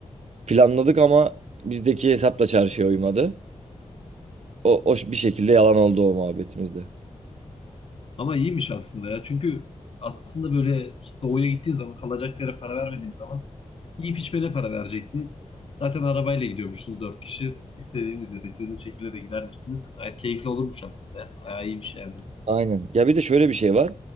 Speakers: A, on the right; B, on the left.
A: planladık ama bizdeki hesapla çarşıya uymadı. O, o bir şekilde yalan oldu o muhabbetimizde.
B: Ama iyiymiş aslında ya. Çünkü aslında böyle doğuya gittiğin zaman kalacak yere para vermediğin zaman yiyip içmene para verecektin. Zaten arabayla gidiyormuşsunuz dört kişi. İstediğinizde de istediğiniz şekilde de gider misiniz? Gayet keyifli olurmuş aslında ya. Bayağı iyiymiş yani.
A: Aynen. Ya bir de şöyle bir şey var.